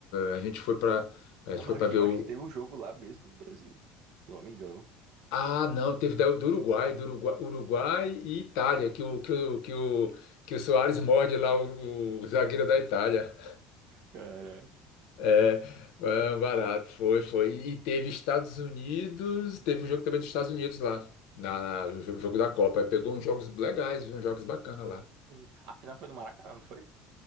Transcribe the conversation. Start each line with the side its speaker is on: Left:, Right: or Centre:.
Left: Eh, A gente foi para, a
Right: Não,
Left: gente
Right: mas
Left: foi para
Right: acho que,
Left: ver
Right: eu
Left: o
Right: acho que teve um jogo lá mesmo do Brasil, se eu não me engano.
Left: Ah, não, teve daí o do Uruguai, do Uruguai, Uruguai e Itália, que o que o que o, que o Soares morde lá o, o zagueiro da Itália.
Right: Caraca.
Left: É, ah, barato, foi, foi. E teve Estados Unidos, teve um jogo também dos Estados Unidos lá, na, no jo- jogo da Copa. Aí Pegou uns jogos legais, viu? Uns jogos bacanas lá.
Right: Foi. A final foi no Maracanã, não foi?